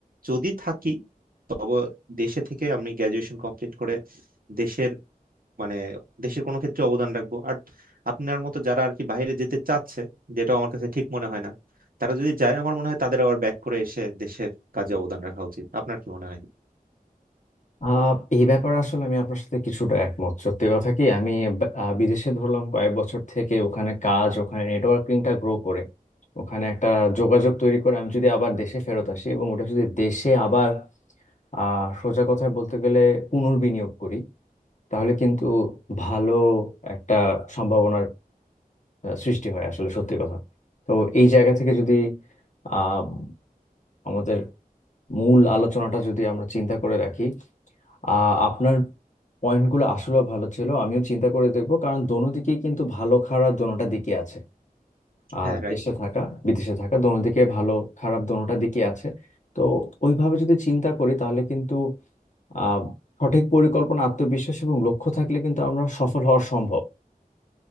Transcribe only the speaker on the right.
যদি থাকি তবে দেশে থেকে আমি গ্রাজুয়েশন কমপ্লিট করে দেশের মানে দেশের কোনো ক্ষেত্রে অবদান রাখবো আর আপনার মতো যারা আর কি বাইরে যেতে চাচ্ছে যেটা আমার কাছে ঠিক মনে হয় না তারা যদি যায় আমার মনে হয় তাদের আবার ব্যাক করে এসে দেশের কাজে অবদান রাখা উচিত আপনার কি মনে হয়
হ্যাঁ রাইট